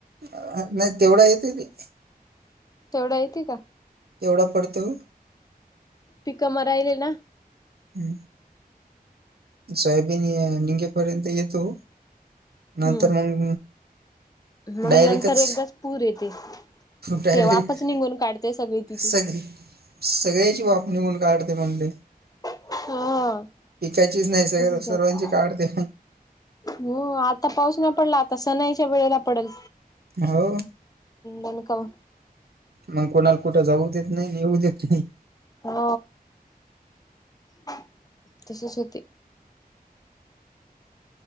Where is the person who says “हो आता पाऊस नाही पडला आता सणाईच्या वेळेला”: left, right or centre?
Left